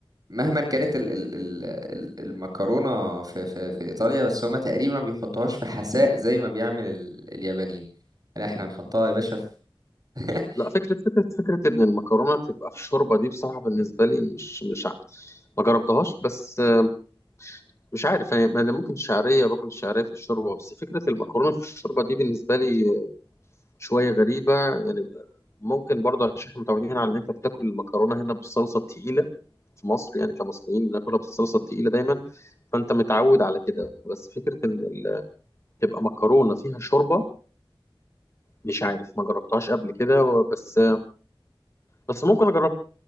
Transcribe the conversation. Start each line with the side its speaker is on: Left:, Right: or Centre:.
Right: مهما كانت ال ال ال ال- المكرونه في في في ايطاليا بس هما تقريبا ما بيحطوهاش في حساء زي ما بيعمل ال اليابانيين لا احنا نحطها يا باشا في <laughs>
Left: لا فكرة فكرة فكرة إن المكرونة تبقى في الشوربة دي بصراحة بالنسبة لي مش مش ع- ما جربتهاش بس آه، مش عارف يعني ما أنا ممكن الشعرية باكل الشعرية في الشوربة بس فكرة المكرونة في الشوربة دي بالنسبة لي آه، شوية غريبة يعني ممكن برضه عشان احنا متعودين على إن أنت بتاكل المكرونة هنا بالصلصة التقيلة في مصر يعني كمصريين بناكلها بالصلصة التقيلة دايما فأنت متعود على كده بس فكرة إن ال- تبقى مكرونة فيها شوربة مش عارف ما جربتهاش قبل كده و- بس بس ممكن أجربها